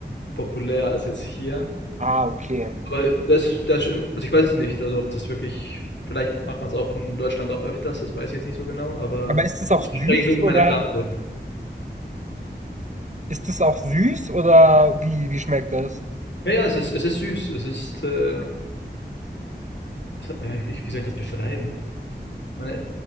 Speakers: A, on the left (about 85°); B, on the right (about 40°).
A: populär als jetzt hier.
B: Ah, okay.
A: Aber das das also, ich weiß es nicht, also, ob das wirklich vielleicht macht man es auch in Deutschland auch öfters, das weiß ich jetzt nicht so genau, aber
B: Aber ist das auch
A: ich kenn's
B: süß
A: eigentlich nur von
B: oder
A: meiner Tante.
B: ist das auch süß oder wie wie schmeckt das?
A: Ja, ja, es ist es ist süß. Es ist, äh es hat ja, wie wie soll ich das beschreiben? Ich meine,